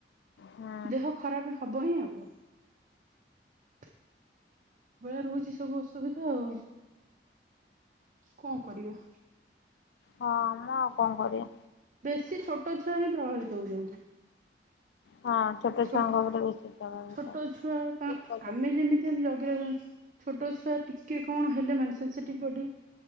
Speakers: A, on the left; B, on the right.
A: ହୁଁ
B: ଦେହ ଖରାପ ହବ ହିଁ ଆଉ। ସମ୍ଭବ। ଭଳିଆ ରହୁଛି ସବୁ ଅସୁବିଧା ଆଉ କଣ କରିବା।
A: ହଁ ମୁଁ ଆଉ କଣ କରିବା।
B: ସେ ଛୋଟ ଛୁଆ ହିଁ ପ୍ରଭାବିତ ହଉଛନ୍ତି।
A: ହଁ
B: ଛୋଟ
A: ଛୁଆଙ୍କ ଉପରେ ବେଶୀ ପ୍ରଭାବିତ।
B: ଛୋଟ ଛୁଆ ତ
A: ଠିକ୍ କହିଲେ।
B: ଆମେ ଯେମିତି ଆମେ ଜଗେଇବା ହ। ଛୋଟ ଛୁଆ ଟିକେ କଣ ହେଲେ ମାନେ ସେନ୍ସିଟିଭ ବଡି